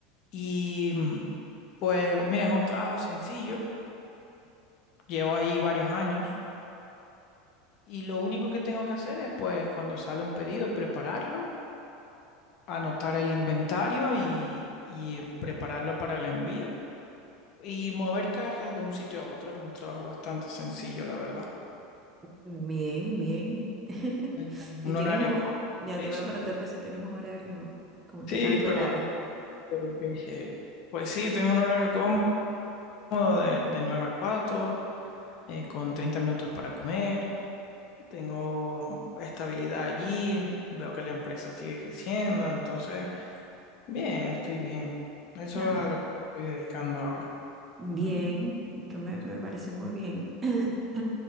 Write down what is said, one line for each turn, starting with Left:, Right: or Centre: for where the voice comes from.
Left: y mm, pues mira, es un trabajo sencillo, llevo ahí varios años y lo único que tengo que hacer es pues cuando sale un pedido prepararlo, anotar el inventario y, y prepararlo para el envío y mover cajas de un sitio a otro, es un trabajo bastante sencillo, la verdad.
Right: bien, bien. <laughs>
Left: Tengo
Right: Y
Left: Un
Right: tienes
Left: horario
Right: un,
Left: cómodo.
Right: ya
Left: Sí,
Right: te voy
Left: sí.
Right: a preguntar que si tienes un horario, como qué
Left: Sí,
Right: tal tu
Left: perdón,
Right: horario.
Left: te interrumpí. Eh, Pues sí, tengo un horario cómodo. de, de 9 a 4, eh, con 30 minutos para comer, tengo estabilidad allí, veo que la empresa sigue creciendo, entonces, bien, estoy bien. Eso
Right: Ah,
Left: es a lo que estoy dedicando ahora.
Right: bien,
Left: Mm,
Right: es que me, me
Left: sí.
Right: parece muy bien. <clears throat>